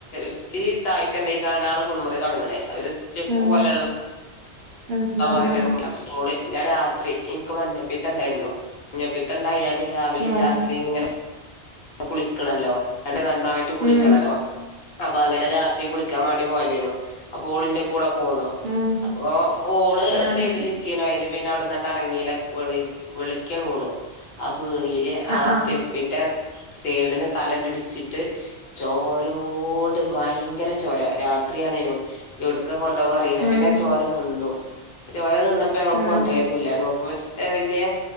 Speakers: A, on the left; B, on the right.
A: ത്തിരി താഴ്ച്ചണ്ടായിക്കാണ്ടാണ് കുളിമുറി തുടങ്ങണേ ഒര് സ്റ്റെപ്പ്
B: ഉം
A: പോലെള്ള
B: ഉം
A: ട്ടള
B: ഉം ഉം
A: ഞാൻ രാത്രി എനിക്ക് മഞ്ഞപ്പീത്തം ഉണ്ടായിരുന്നു മഞ്ഞപ്പീത്തണ്ടായാൽ രാവിലെയും
B: ഏഹ്
A: രാത്രിയും ഇങ്ങനെ കുളിക്കണല്ലോ അട നന്നായിട്ട് കുളിക്കണല്ലോ
B: ഏഹ്
A: അപ്പൊ അങ്ങനെ രാത്രി കുളിക്കാൻ വേണ്ടി പോയതിനു അപ്പൊ ഓളിന്റെ കൂടെ പോന്നു
B: ഏഹ്
A: അപ്പൊ ഓള്
B: ഏഹ്
A: സൈഡില് ക്കിനു അയില് പിന്നെ അവിടന്നിട്ട് എറങ്ങീല വള് വെളിക്കാണു ആ വീണില്
B: ആഹ്
A: ആ സ്റ്റെപ്പിന്റെ സേഡന് തലണ്ടടിച്ചിട്ട് ചോരോട് ഭയങ്കര ചോര രാത്രിയാണേനും ഇവിടുക്ക കൊണ്ടോവ അറിയില്ല
B: ആഹ് ഏഹ്
A: പിന്നെ ചോര നിന്നു ചോര നിന്ന പ്പൊങ്ങള്
B: ഏഹ്
A: കൊണ്ടോയത് തുല്ല നോക്കുമ്പോ വലിയ